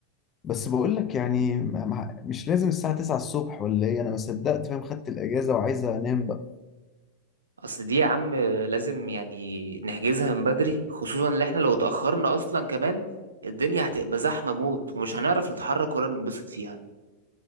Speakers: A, on the left (about 25°); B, on the right (about 70°).
A: بس بقول لك يعني ما- ما- مش لازم الساعه 9 الصبح ولا ايه انا ما صدقت فاهم خدت الاجازه وعايز انام بقى
B: اصل دي يا عم لازم يعني نحجزها من بدري خصوصا ان احنا لو اتأخرنا اصلا كمان الدنيا هتبقى زحمة موت ومش هنعرف نتحرك ولا ننبسط فيها